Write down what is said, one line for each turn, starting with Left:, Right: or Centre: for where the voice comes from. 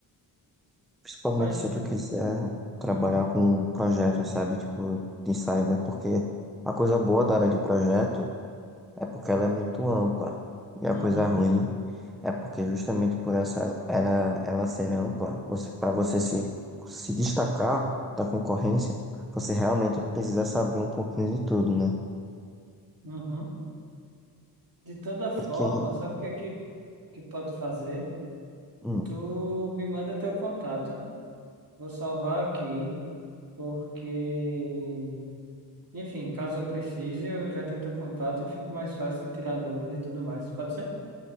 Centre: Principalmente
Right: Mas,
Centre: se tu quiser trabalhar
Right: hum,
Centre: com projetos, sabe? Tipo, de cyber, porque a coisa boa da área de projeto é porque ela é muito ampla. E a
Right: uhum,
Centre: coisa ruim é porque justamente por essa era ela ser ampla, você, para você se, se destacar da concorrência, você realmente precisa saber um pouquinho de tudo, né?
Right: uhum. De toda forma,
Centre: Pra que.
Right: sabe o que é que, que pode fazer?
Centre: Hum,
Right: Tu me manda teu contato. Vou salvar aqui. porque, enfim, caso eu precise, eu já tenho teu contato e fica mais fácil de tirar dúvida e tudo mais. Pode ser?